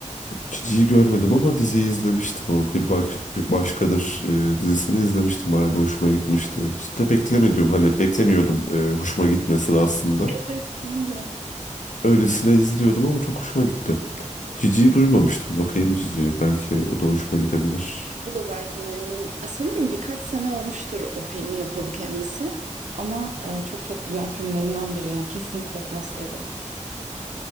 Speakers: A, on the left; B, on the right.
A: Diziyi görmedim ama diziyi izlemiştim o. Bir, bak, bir başkadır e, dizisini izlemiştim. Bayağı da hoşuma gitmişti. Hiç de beklemediğim hani beklemiyordum e, hoşuma gitmesini aslında.
B: Evet ben de.
A: Öylesine izliyordum ama çok hoşuma gitti. Cici'yi duymamıştım. Bakayım Cici'ye. Belki o da hoşuma gidebilir.
B: O da Berkun Oya'nın e, sanırım birkaç sene olmuştur o filmi yapalı kendisi. Ama e, çok çok güzel filmlerinden biri yani kesinlikle tavsiye ederim.